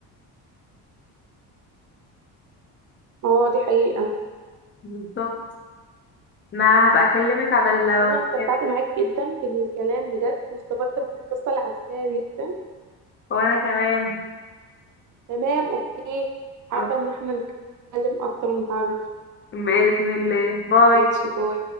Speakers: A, on the right; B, on the left.
A: اه دي حقيقه
B: بالظبط انا هبقى اكلمك على الواتساب
A: عموما أنا استمتعت معاكي جدا بالكلام بجد واستفدت من القصه اللي حكيتها جدا
B: وانا كمان
A: تمام اوكي حابه
B: أوك-
A: ان احنا نتكلم اكتر ونتعرف
B: بإذن الله باي
A: ماشي باي